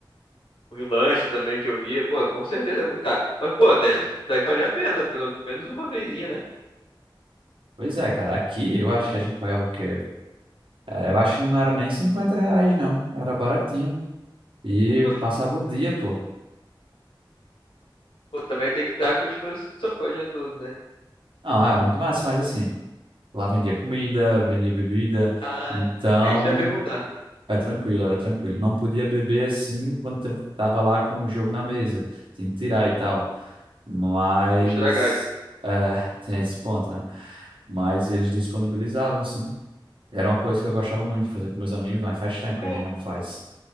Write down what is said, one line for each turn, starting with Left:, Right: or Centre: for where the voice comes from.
Left: o lanche também que eu via. Pô, com certeza é muito caro. Mas, pô, deve, deve valer a pena, pelo menos uma vezinha, né?
Right: Pois é, cara. Aqui eu acho que a gente pagava o quê? É, eu acho que não era nem 50 reais, não. Era baratinho. E
Left: Poxa,
Right: passava
Left: tranquilo.
Right: o dia, pô.
Left: Pô, também tem que estar com disposição pra o dia todo, né?
Right: Não, é muito massa, mas assim. Lá vendia comida, vendia bebida,
Left: Ah,
Right: então
Left: é isso que eu ia perguntar,
Right: é tranquilo, era tranquilo. Não podia beber assim quando te- tava lá com o jogo na mesa, tinha que tirar e tal. Mas
Left: pra não estragar.
Right: é, <laughs> tem esse ponto, né? Mas eles disponibilizavam, sim. Era uma coisa que eu gostava muito de fazer com meus amigos, mas faz tempo
Left: Pô,
Right: que a gente não faz.